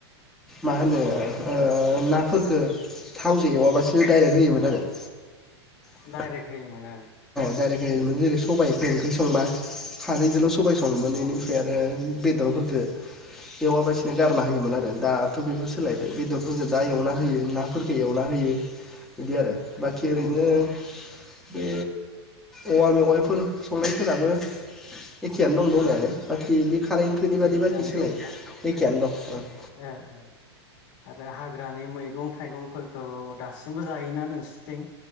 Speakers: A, in the centre; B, on the left.
A: मा
B: औ
A: होनो
B: औ औ
A: ओ ना फोरखो थावजों एवाबासिनो डाइरेक्ट होयोबाथाय
B: उम
A: आरो <unintelligible>
B: डाइरेक्ट होयोमोन ओं।
A: दाइरेख होयोमोन जेरै सबायाइनि ओंख्रि संब्ला खारैजोंल <inaudible> सबाय सङोमोन बेनिफ्राय
B: उम
A: आरो <inaudible> बेदरफोरखौ एवाबासिनो <inaudible> गारना होयोमोन आरो
B: उम
A: दाथ बेफोरसो <inaudible> सोलायबाय बेदरफोरफोरखौ दा एवना होयो नाफोरफोरखौ एवना होयो बिदि आरो। <inaudible> बाखि ओरैनो
B: उम
A: <inaudible> बे औवा मेवाइफोर संनायफोराबो <inaudible> एखेयनो दं दंनायालाय
B: उम
A: बाखि बे खारै ओंख्रिनि बादि
B: एखेयानो
A: बाखि सोलाय
B: दंना
A: एखेयनो दं। <inaudible>
B: ओ ओ आरो हाग्रानि मैगं थाइगंफोरखौ दासिमबो जायोना नोंसोरथिं